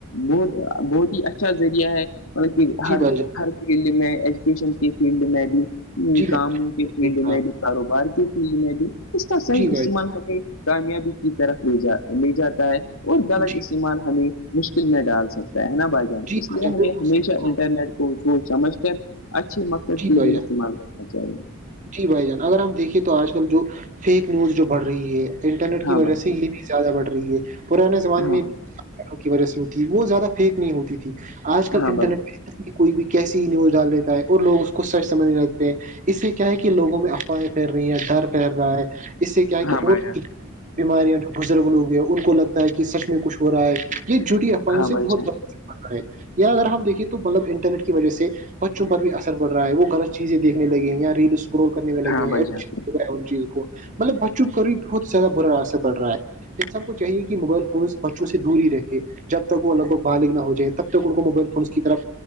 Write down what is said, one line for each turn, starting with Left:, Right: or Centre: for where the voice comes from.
Left: بہت بہت ہی اچھا ذریعہ ہے مطلب کہ
Right: جی
Left: ہر
Right: بھائی جان
Left: ہر فیلڈ میں ایجوکیشن کے فیلڈ میں بھی
Right: جی
Left: کاموں
Right: بھائی جان
Left: کے فیلڈ
Right: ہاں
Left: میں بھی کاروبار فیل میں بھی اس کا صحیح
Right: جی
Left: استعمال
Right: بھائی
Left: ہمیں کامیابی کی طرف لے جا لے جاتا ہے اور غلط
Right: جی
Left: استعمال ہمیں مشکل میں ڈال سکتا ہے نا بھائی
Right: جی
Left: اس
Right: بھائی
Left: لیے
Right: جان
Left: ہمیں
Right: بالکل
Left: ہمیشہ
Right: صحیح کہا
Left: انٹرنیٹ کو س سمجھ کر اچھے مقصد سب
Right: جی
Left: کے
Right: بھائی
Left: لیے
Right: جان
Left: استعمال کرنا چاہیے
Right: جی بھائی جان اگر ہم دیکھے تو آج کل جو فیک نیوز جو بڑھ رہی ہے انٹرنیٹ
Left: ہاں
Right: کی وجہ
Left: بھائی
Right: سے یہ زیادہ بڑھ رہی ہے پرانے زمانے
Left: ہاں
Right: میں
Left: بھائی،
Right: کی وجہ سے ہوتی وہ زیادہ فیک نہیں ہوتی تھی آج کل
Left: ہاں
Right: انٹرنیٹ
Left: بھائی
Right: پ کوئی بھی کیسی ہی نیوز ڈال دیتا ہے اور لوگ اس کو سچ سمجھ نہیں لگتے ہیں اس سے کیا ہے کہ لوگوں میں افواہیں پھیر رہی ہیں ڈر پہر رہا ہے اس سے کیا ہے کہ
Left: ہاں
Right: اور
Left: بھائی
Right: بیماریاں جو بزرگ لوگ ہیں ان کو لگتا ہے کہ سچ میں کچھ ہو رہا ہے یہ جٹیا
Left: ہاں
Right: سے
Left: بھائی
Right: بہت
Left: جان
Right: ہے یا اگر ہم دیکیںے تو مطلب انٹرنیٹ کی وجہ سے بچوں پر بھی ا پڑ رہا ہے وہغط چیزیں دیکنے لگے ہیں یا ریل اسکرول کرنے
Left: ہاں
Right: لگے
Left: بھائی
Right: ہیں
Left: جان
Right: ہو ہے ان چیزوں کو مطلب بچ چپ کا بھی بہت زیادہ برا اثر پڑ رہا ہے انسان کو چاہیے کہ موبائل فونس بچوں سے دور ہی رکھے جب تک وہ لگ بگ باہالک نہ ہو جائے تب تک ان کو موبائل فونس کی طرف